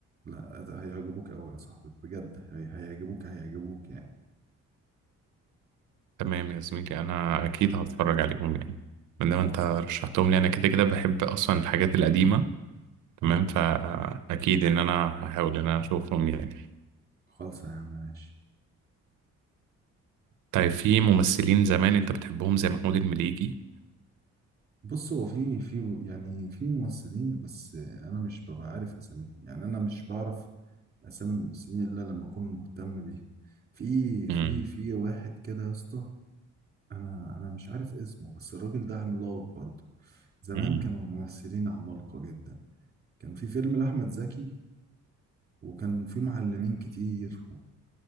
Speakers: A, on the right; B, on the right.
A: لا ده هيعجبوك قوي يا صاحبي بجد هي- هيعجبوك هيعجبوك يعني
B: تمام يا زميلي انا اكيد هتفرج عليهم يعني من ما
A: خالص
B: انت رشحتهم
A: يا صاحبي.
B: لي انا كده كده بحب اصلا الحاجات القديمة تمام
A: اه
B: فاكيد ان انا هحاول ان انا اشوفهم يعني
A: خالص يا عم ماشي
B: طيب في ممثلين زمان انت بتحبهم زي محمود المليجي
A: بص هو في في يعني في ممثلين بس انا مش ببقى عارف اساميهم يعني انا مش بعرف اسامي الممثلين الا لما اكون مهتم بيهم في
B: امم
A: في في واحد كده يا اسطى انا انا مش عارف اسمه بس الراجل ده عملاق برضه زمان
B: امم
A: كانوا الممثلين عمالقة جدا كان في فيلم لأحمد زكي وكان في معلمين كتير